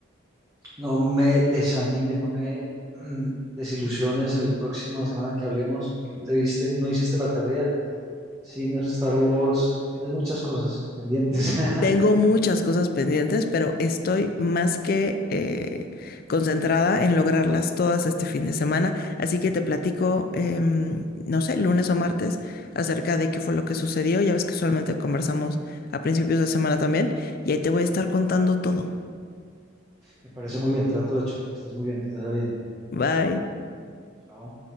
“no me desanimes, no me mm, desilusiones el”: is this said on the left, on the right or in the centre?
Right